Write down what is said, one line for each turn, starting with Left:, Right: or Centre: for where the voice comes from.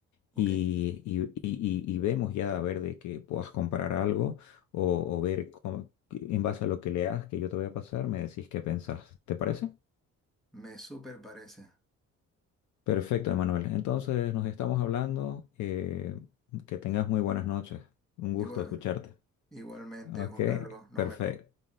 Centre: Ok,
Left: y, y- y- y- y vemos ya a ver de que puedas comprar algo o, o ver cómo- en base a lo que leas que yo te voy a pasar, me decís qué pensás. ¿Te parece?
Centre: me súper parece.
Left: Perfecto, Emanuel. Entonces, nos estamos hablando. eh, que tengas muy buenas noches. Un gusto
Centre: Igual,
Left: escucharte.
Centre: igualmente,
Left: Ok,
Centre: Juan Carlos, nos
Left: perfecto.
Centre: vemos.